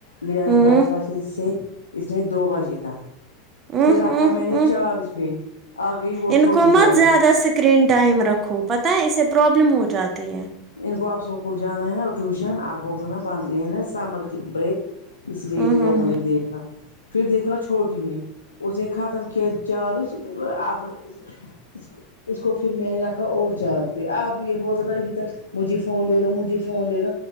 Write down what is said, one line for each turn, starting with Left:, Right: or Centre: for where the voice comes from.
Left: لیا
Right: ہ
Left: آج دس بجے سے اس میں دو بجے تک
Right: ہ
Left: پھر
Right: ہ
Left: آخر میں ہمیں نے
Right: ہ
Left: چارج گںی آگئی وہ
Right: ان
Left: چھوٹی
Right: کو مت
Left: والی
Right: زیادہ اسکرین ٹائم رکھو پتہ ہے اسے پرابلم ہو جاتی ہے
Left: ان کو اب اسکول جانا ہے نا ٹیوشن اب ہوگا نا بند ہے نا سمر کی بریک اس لیے
Right: ہوں
Left: ان
Right: ہوں
Left: لوگوں
Right: ہوں
Left: نے دیکھا پھر دیکھنا چھوڑدونگی نے اسے ختم کیا چارج ابر اس کو اس کو پھر میں نے رکھا اور چارج پہ آپ یہ بولتے بھائی ابھی تک مجھے فون دے دو مجھے فون دے دو